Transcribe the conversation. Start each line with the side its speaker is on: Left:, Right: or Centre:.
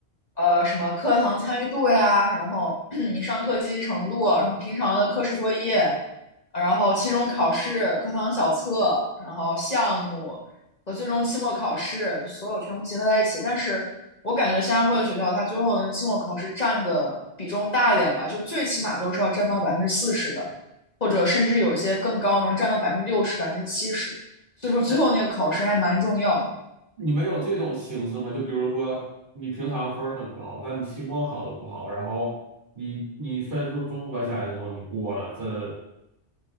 Left: 呃，什么课堂参与度呀，然后 <clears throat> 你上课积极程度，然后平常的课时作业，然后期中考试、课堂小测，然后项目和最终期末考试，就所有全部结合在一起。但是我感觉新加坡的学校，它最后的期末考试占的比重大一点吧，就是最起码都是要占到百分之四十的，或者甚至有一些更高，能占到百分之六十、百分之七十。所以说最后那个考试还蛮重要的。
Right: 哎，你们有这种形式吗？就比如说你平常分儿很高，但你期末考的不好，然后你你分数综合起来之后你过了，这